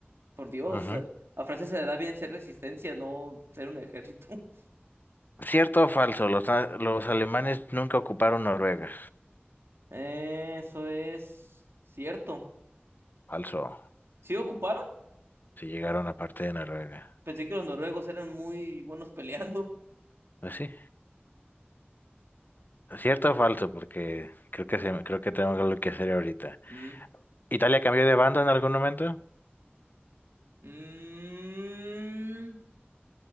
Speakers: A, on the right; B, on the left.
A: por Dios.
B: Ujú.
A: A a Francia se le da bien ser resistencia, no ser un ejército. <laughs>
B: ¿Cierto o falso? Los, a- los alemanes nunca ocuparon Noruega.
A: Eso es cierto.
B: Falso.
A: ¿Sí ocuparon?
B: Si llegaron a parte de Noruega.
A: Pensé que los noruegos eran muy buenos peleando.
B: Pues sí. ¿Cierto o falso? Porque creo que se, me- creo que tengo algo que hacer ahorita.
A: <laughs> Mm.
B: ¿Italia cambió de bando en algún momento?
A: Mm,